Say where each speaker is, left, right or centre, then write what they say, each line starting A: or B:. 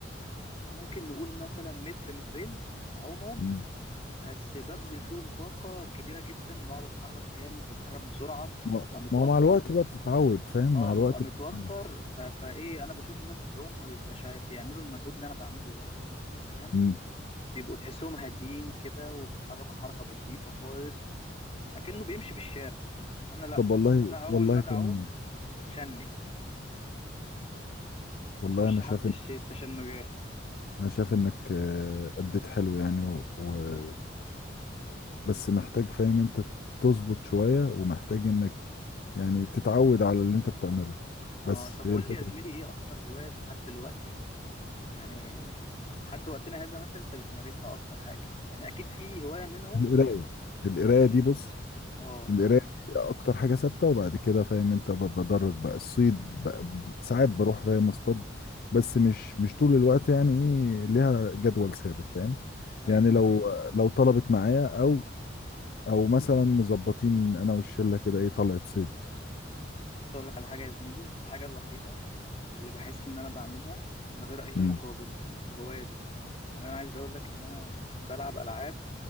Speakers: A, on the left (about 30°); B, on the left (about 50°).
A: ممكن نقول مثلا متر مترين اعومهم
B: مم.
A: بس ببذل فيهم طاقه كبيره جدا بقعد اتحرك جامد بتحرك بسرعه
B: ما
A: ببقى متوتر
B: ما هو مع الوقت بقى بتتعود فاهم مع
A: اه ببقى
B: الوقت
A: متوتر
B: بتتعود
A: ف... فايه انا بشوف الناس بتعوم ما بيبقاش بيعملوا المجهود اللي انا بعمله ده فاهم؟
B: مم.
A: بيبقوا تحسهم هاديين كده وبيتحركوا حركة بسيطة خالص لكنه بيمشي في الشارع أنا لأ
B: طب والله
A: أنا أول
B: والله
A: ما أجي
B: تمام
A: أعوم بتشنج
B: والله
A: بخش
B: انا
A: حالة
B: شايف
A: الش-
B: ان
A: التشنجات
B: انا شايف انك آه، اديت حلو يعني و... و... بس محتاج فاهم انت تظبط شوية ومحتاج انك يعني تتعود على اللي انت بتعمله
A: اه
B: بس
A: طب قول
B: هي الفكرة
A: لي يا زميلي إيه أكتر هواية لحد دلوقتي يعني لحد وقتنا هذا مثلا أنت بتمارسها أكتر حاجة يعني أكيد في هواية منهم
B: القراية القراية
A: ال
B: دي بص
A: اه
B: القرايه دي اكتر حاجه ثابته وبعد كده فاهم انت ب- بدرج بقى الصيد بقى ساعات بروح فاهم اصطاد بس مش مش طول الوقت يعني ايه ليها جدول ثابت فاهم
A: أيوه
B: يعني لو
A: أيوه
B: لو طلبت معايا او او مثلا مظبطين انا والشله كده ايه طلعت صيد
A: بس أقول لك على حاجة يا زميلي الحاجة الوحيدة اللي بحس إن أنا بعملها من غير أي
B: امم
A: مقابل الهواية دي يعني أنا عايز أقول لك إن أنا بلعب ألعاب